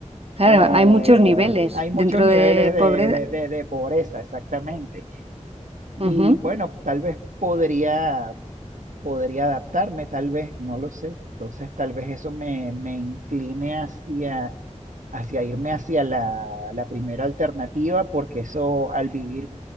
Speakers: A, on the right; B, on the right.
A: Claro,
B: eh,
A: hay muchos niveles
B: hay muchos
A: dentro
B: niveles
A: de
B: de,
A: pobreza.
B: de de- de pobreza, exactamente. Y
A: Ujú.
B: bueno, tal vez podría podría adaptarme, tal vez, no lo sé. Entonces, tal vez eso me, me incline hacia, hacia irme hacia la, la primera alternativa, porque eso al vivir